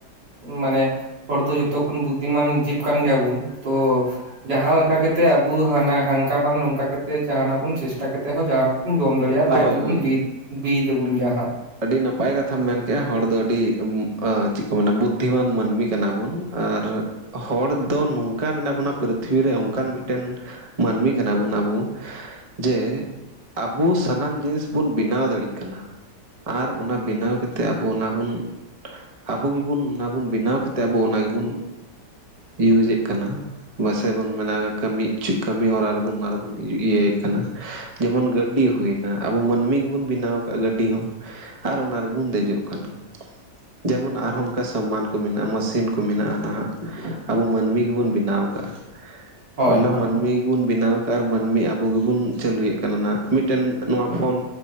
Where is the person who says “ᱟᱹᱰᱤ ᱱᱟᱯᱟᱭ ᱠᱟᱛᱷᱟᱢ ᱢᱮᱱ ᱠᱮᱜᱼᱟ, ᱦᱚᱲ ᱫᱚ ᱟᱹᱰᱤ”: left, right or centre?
Right